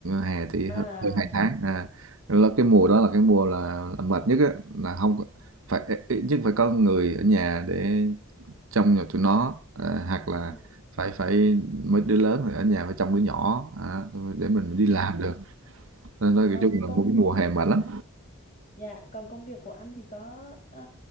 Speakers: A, on the right; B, on the left.
A: hè thì
B: À,
A: hơn, hơn hai tháng à rồi là cái mùa đó là cái mùa là, là mệt nhất á là không có- phải ít nhất phải có người ở nhà để trông nhà tụi nó à, hoặc là
B: Ừ.
A: phải phải mấy đứa lớn thì ở nhà phải trông đứa nhỏ à, để mình đi
B: Ừ.
A: làm được nên nói
B: Còn
A: chung là
B: công
A: mùa mùa hè mệt lắm
B: dạ còn công việc của anh thì có ờ,